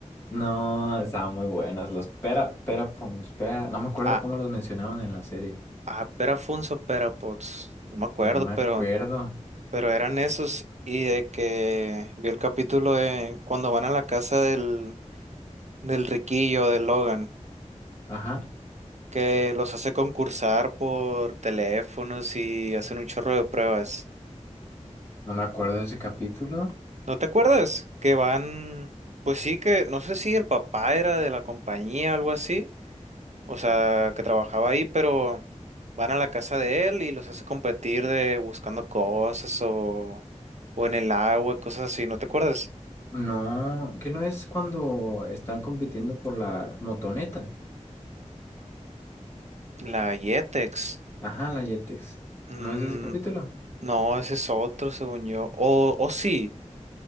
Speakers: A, on the left; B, on the right.
A: No, estaban muy buenas. Los pera, pera, Phones, pera, no me acuerdo
B: Ah,
A: cómo los mencionaban en la serie.
B: ah, Perafunes o Perapods, no me acuerdo,
A: No me
B: pero,
A: acuerdo.
B: pero eran esos. Y de que vi el capítulo de cuando van a la casa del del Riquillo, de Logan,
A: Ajá,
B: que los hace concursar por teléfonos y hacen un chorro de pruebas.
A: no me acuerdo de ese capítulo.
B: ¿No te acuerdas? Que van, pues sí que, no sé si el papá era de la compañía o algo así, o sea, que trabajaba ahí, pero van a la casa de él y los hace competir de buscando cosas o, o en el agua y cosas así, ¿no te acuerdas?
A: No, que no es cuando están compitiendo por la motoneta.
B: La Yetex.
A: Ajá, la Yetex.
B: Mm,
A: ¿No es ese capítulo?
B: no, ese es otro, según yo. O, o sí.